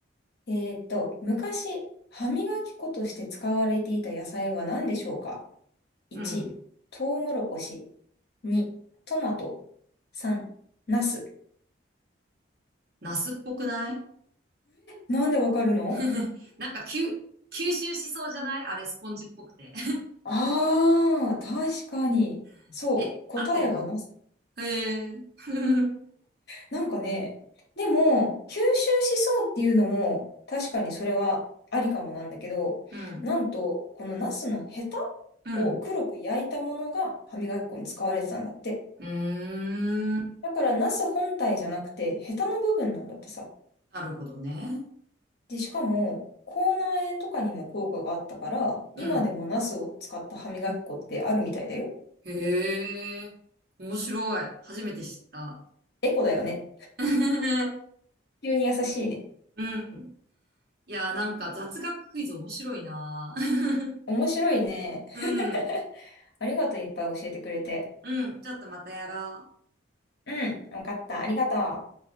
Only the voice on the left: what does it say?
えーっと、昔、歯磨き粉として使われていた野菜は何でしょうか ?1、
トウモロコシ。2、トマト。3、ナス。
なんでわかるの
ああー、確かに。
そう。
答えはナス
なんかね、でも、吸収しそうっていうのも、確かにそれはありかもなんだけど、
なんと、このナスのヘタ
を黒く焼いたものが歯磨き粉に使われてたんだって。
だから、ナス本体じゃなくて、ヘタの部分なんだってさ。
で、しかも、口内炎とかにも効果があったから、
今でもナスを使った歯磨き粉ってあるみたいだよ。
エコだよね。
急に優しいね。
面白いね。
<laughs> ありがとう、いっぱい教えてくれて。
うん、わかった。ありがとう。